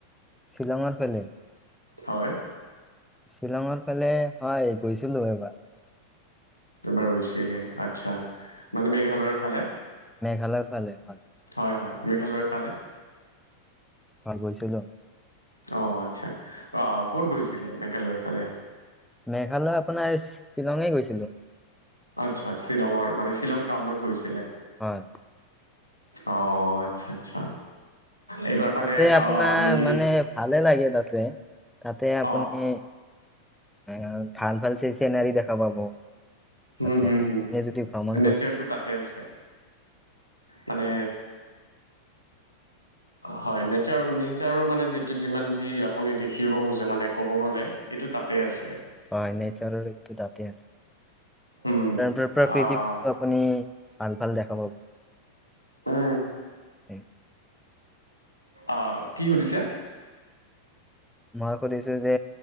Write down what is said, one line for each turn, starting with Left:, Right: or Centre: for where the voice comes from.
Centre: শ্বিলঙৰ ফালে
Right: হয়
Centre: শ্বিলঙৰ ফালে হয় গৈছিলো এবাৰ
Right: এবাৰ গৈছিলে আচ্ছা মানে মেঘালয়ৰ ফালে
Centre: মেঘালয়ৰ ফালে হয়
Right: হয় হয় মেঘালয়ৰ ফালে
Centre: হয় গৈছিলো
Right: আহ আচ্ছা আহ ক'ত গৈছিলে মেঘালয়ৰ ফালে
Centre: মেঘালয় আপোনাৰ শ্বিলঙে গৈছিলো
Right: আচ্ছা শ্বিলঙৰ মানে শ্বিলং টাউনত গৈছিলে
Centre: হয়
Right: অ আচ্ছা আচ্ছা এইবাৰ মানে
Centre: তাতে আপোনাৰ
Right: অ আমি
Centre: মানে ভালে লাগে তাতে তাতে আপুনি
Right: অ
Centre: এ ভাল ভাল চ চিনাৰি দেখা পাব
Right: হম
Centre: তাতে
Right: হুম
Centre: আপুনি
Right: হুম
Centre: যদি ভ্ৰমণ
Right: নেচাৰ
Centre: কৰিব
Right: টো তাতে আছে মানে হয় নেচাৰ নেচাৰৰ মানে যিটো যিমান যি আপুনি দেখিব খোজে মানে ক'ব গ'লে এইটো তাতেই আছে
Centre: হয় নেচাৰৰ এইটো দাঁতি আছে
Right: উম
Centre: প্ৰকৃতি
Right: আহ
Centre: আপুনি ভাল ভাল দেখা পাব
Right: আহ
Centre: <inaudible>
Right: অ কি সুধিছে
Centre: মই সুধিছো যে